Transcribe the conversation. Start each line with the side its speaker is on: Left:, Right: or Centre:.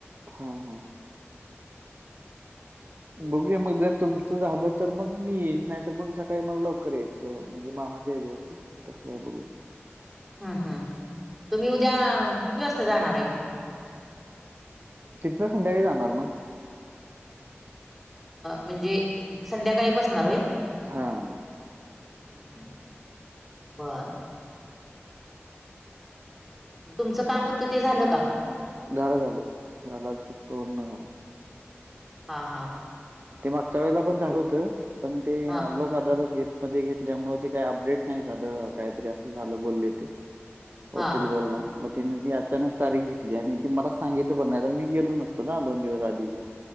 Right: हा हा बघूया मग जर तुमचं झालं तर मग मी येईन नाही तर मग सकाळी मला लवकर यायचं म्हणजे मामा याच्यावरती कसं आहे बघू
Centre: हम्म हम् तुम्ही उद्या किती वाजता जाणार आहे मग
Right: तिथनं संध्याकाळी जाणार मग
Centre: म्हणजे संध्याकाळी बसणार होय
Right: हां
Centre: हम् हम् बर तुमचं काम होतं ते झालं का
Right: झाले झाले <unintelligible>
Centre: हा हा बर
Right: ते मागच्या वेळेला पण झालं होतं पण ते
Centre: हा
Right: लोक अदालत घेत मध्ये घेतल्यामुळे ते काही अपडेट नाही झालं अ काहीतरी असं झालं बोलले ते वकील
Centre: हा
Right: बोलला मग तीनी ती अचानक तारीख घेतली आणि ती मला सांगितलं पण नाही तर मी गेलो नसतो ना दोन दिवस आधीच